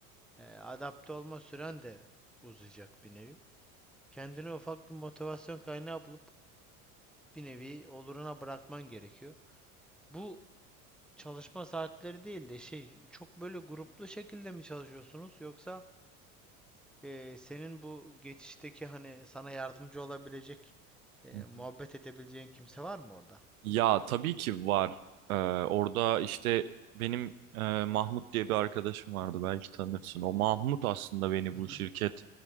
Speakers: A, in the centre; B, on the right.
A: e, adapte olma süren de uzayacak bir nevi. Kendine ufak bir motivasyon kaynağı bulup bir nevi oluruna bırakman gerekiyor. Bu çalışma saatleri değil de şey çok böyle gruplu şekilde mi çalışıyorsunuz yoksa e, senin bu geçişteki hani sana yardımcı olabilecek e,
B: Hı hı.
A: muhabbet edebileceğin kimse var mı orada?
B: Ya tabii ki var. Ee, orada işte benim e, Mahmut diye bir arkadaşım vardı belki tanırsın. O Mahmut aslında beni
A: Hı hı.
B: bu şirket